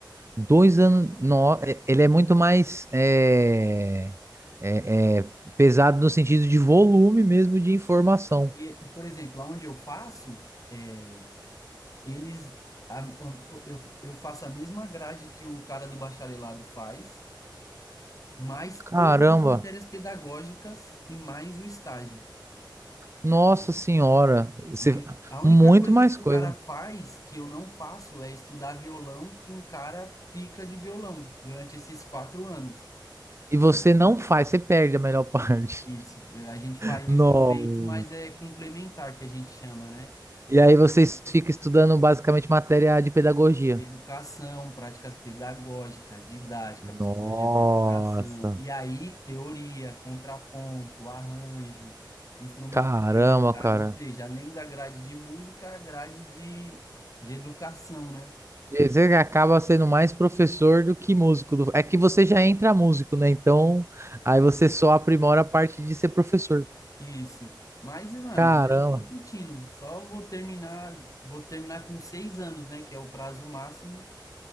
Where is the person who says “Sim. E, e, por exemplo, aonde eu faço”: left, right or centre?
Left